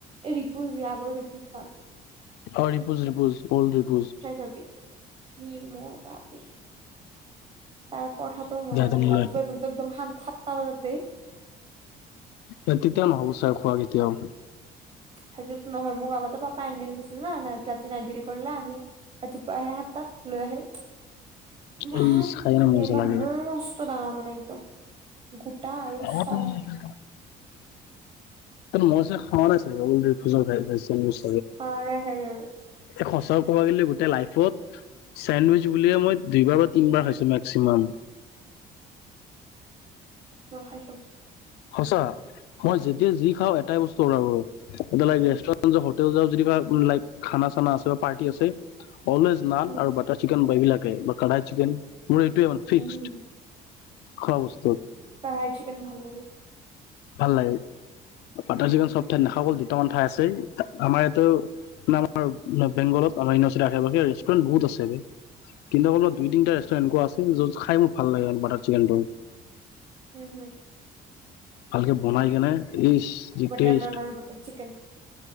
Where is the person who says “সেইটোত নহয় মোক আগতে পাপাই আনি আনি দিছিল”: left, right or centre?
Right